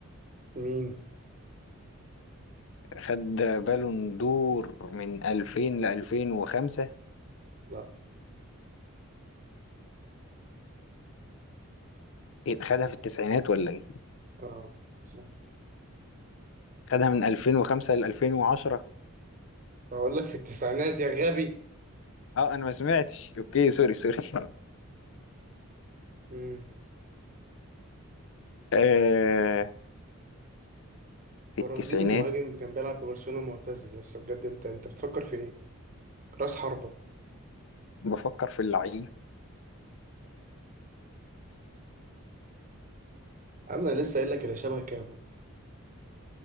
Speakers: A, on the right; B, on the left.
A: مين
B: خد بالون دور من 2000 ل 2005
A: لا
B: إيه خدها في التسعينات ولا ايه
A: اه صح.
B: خدها من 2005 ل 2010
A: بقول لك في التسعينات يا غبي
B: اه انا ما سمعتش اوكي سوري سوري <laughs>
A: امم
B: آه في
A: برازيلي
B: التسعينات
A: مهاجم كان بيلعب في برشلونة معتزل لسه بجد انت انت بتفكر في ايه؟ راس حربة
B: بفكر في اللعيب
A: انا لسه قايل لك اللي شبه كافو